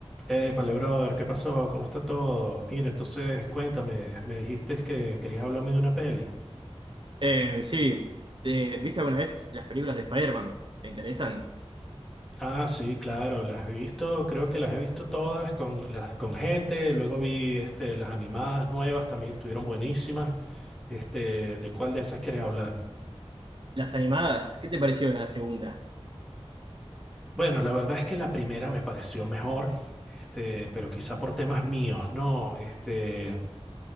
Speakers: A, in the centre; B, on the right.
A: Épale, brother, ¿qué pasó? ¿Cómo está todo? Mira, entonces cuéntame, me dijiste que querías hablarme de una peli.
B: Eh, sí, ¿Te- ¿viste alguna vez las películas de Spider-Man? ¿Te interesan?
A: Ah, sí, claro, las he visto, creo que las he visto todas con, las, con gente, luego vi este, las animadas nuevas, también estuvieron buenísimas. Este, ¿de cuál de esas quieres hablar?
B: Las animadas, ¿qué te pareció la segunda?
A: Bueno, la verdad es que la primera me pareció mejor, este, pero quizá por temas míos, ¿no? Este,